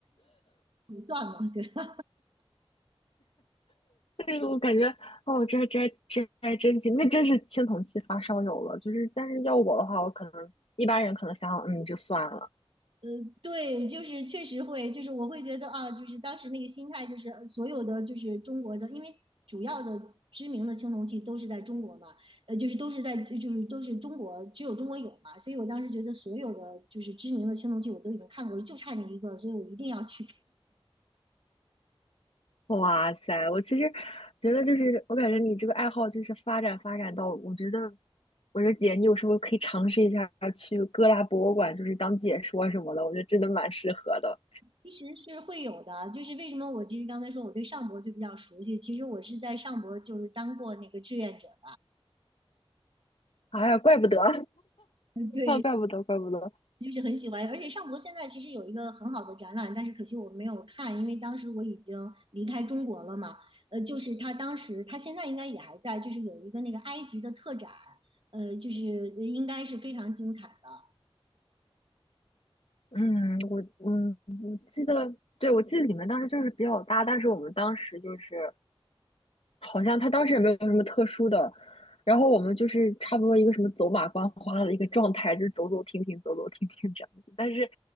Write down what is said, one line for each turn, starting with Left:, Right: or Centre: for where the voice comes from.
Right: <laughs> 对吧？
Left: 这个我感觉，哦，这还这还这还真行，那真是青铜器发烧友了，就是，但是要我的话，我可能一般人可能想想，嗯，就算了。
Right: <laughs> 对，就是确实会，就是我会觉得啊，就是当时那个心态，就是所有的就是中国的，因为主要的知名的青铜器都是在中国嘛，呃，就是都是在就是都是中国，只有中国有嘛，所以我当时觉得所有的就是知名的青铜器我都已经看过了，就差那一个，所以我一定要去
Left: 哇塞，我其实觉得就是，我感觉你这个爱好就是发展发展到，我觉得，我说姐，你有时候可以尝试一下去各大博物馆，就是当解说什么的，我觉得真的蛮适合的。
Right: 其实是会有的，就是为什么我其实刚才说我对上博就比较熟悉，其实我是在上博就是当过那个志愿者的，
Left: 哎呀，怪不得，<laughs>
Right: 嗯对，
Left: 啊，怪不得，怪不得。
Right: 就是很喜欢，而且上博现在其实有一个很好的展览，但是可惜我没有看，因为当时我已经离开中国了嘛，呃，就是他当时他现在应该也还在，就是有一个那个埃及的特展，呃，就是应该是非常精彩的。
Left: 嗯，我嗯，我记得，对，我记得你们当时就是比较大，但是我们当时就是。好像他当时也没有什么特殊的，然后我们就是差不多一个什么走马观花的一个状态，就是走走停停，走走停停这样子。但是